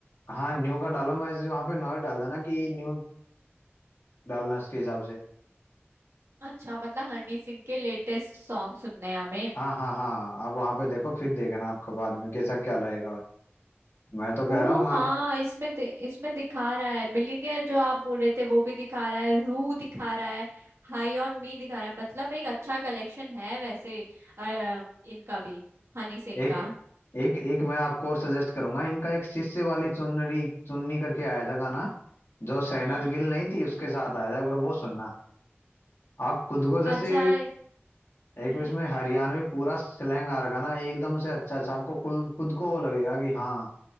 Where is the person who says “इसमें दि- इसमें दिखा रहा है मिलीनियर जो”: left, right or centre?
Right